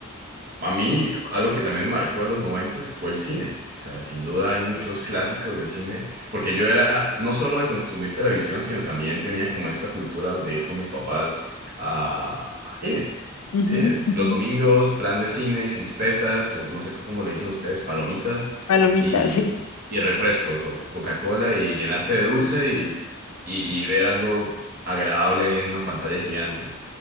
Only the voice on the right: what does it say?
A mí, algo que también me marcó de los noventas fue el cine. O sea, sin duda hay muchos
clásicos de cine, porque yo era no solo de consumir televisión, sino también tenía como esta cultura de ir con mis papás a, a cine.
Sí,
los domingos, plan de cine, crispetas, o no sé cómo le dicen ustedes, palomitas
y,
y refrescos, o Coca-Cola, y llenarte
de dulce y, y y ver algo agradable en una pantalla gigante.